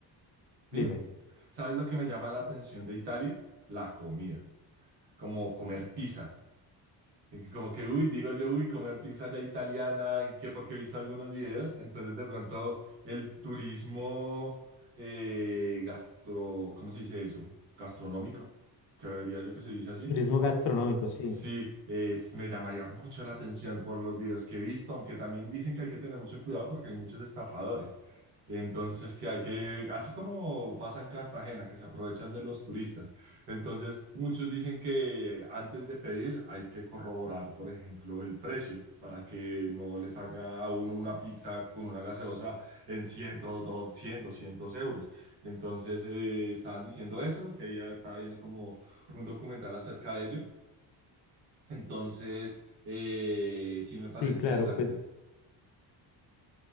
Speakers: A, on the right; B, on the left.
A: dime?
B: dime,
A: ¿Sabes lo que me llama la atención de Italia? La comida, como comer pizza. Y que Como que, uy, digo yo, uy, comer pizza ya italiana, y que porque he visto algunos videos, entonces de pronto el turismo eh, gastro, ¿cómo se dice eso? Gastronómico, creería yo que se dice así,
B: turismo gastronómico, sí,
A: Sí, es, me llamaría mucho la atención por los videos que he visto, aunque también dicen que hay que tener mucho cuidado porque hay muchos estafadores. Entonces, que hay que, así como pasa en Cartagena, que se aprovechan de los turistas. Entonces, muchos dicen que antes de pedir hay que corroborar, por ejemplo, el precio para que no les haga a uno una pizza con una gaseosa en 100, 200, 200 euros. Entonces, eh, estaban diciendo eso, que ya estaba viendo como un documental acerca de ello entonces, eh, sí me
B: sí,
A: parece interesante.
B: claro, pues